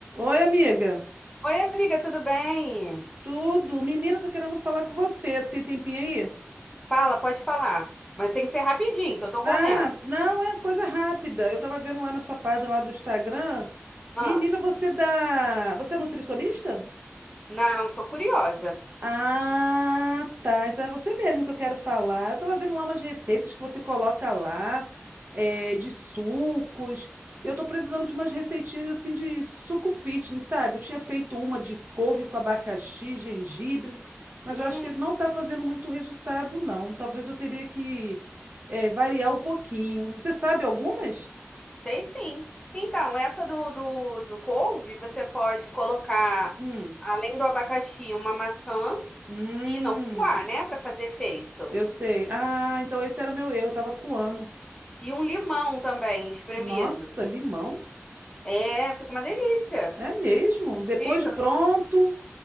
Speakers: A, on the right; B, on the left.
A: Oi, amiga.
B: Oi, amiga, tudo bem?
A: Tudo? Menina, tô querendo falar com você. Tem tempinho aí?
B: Fala, pode falar. Mas tem que ser rapidinho, que eu tô
A: Ah,
B: correndo.
A: não, é coisa rápida. Eu tava vendo lá na sua página lá do Instagram.
B: Ah,
A: Menina, você dá. Você é nutricionista?
B: não, sou curiosa.
A: Ah, tá. Então é você mesmo que eu quero falar. Eu tava vendo lá umas receitas que você coloca lá, eh, de sucos. Eu tô precisando de umas receitinhas assim de suco fitness, sabe? Eu tinha feito uma de couve com abacaxi, gengibre, mas
B: Hum,
A: eu acho que não tá fazendo muito resultado, não. Talvez eu teria que, eh, variar um pouquinho. Você sabe algumas?
B: sei sim. Então, essa do, do, do couve, você pode colocar,
A: Hum.
B: além do abacaxi, uma maçã
A: Hum.
B: e não coar, né? Pra fazer efeito.
A: Eu sei. Ah, então esse era meu eu. Eu tava coando.
B: E um limão também, espremido.
A: Nossa, limão?
B: É, fica uma delícia.
A: É mesmo? Depois
B: Fica.
A: de pronto,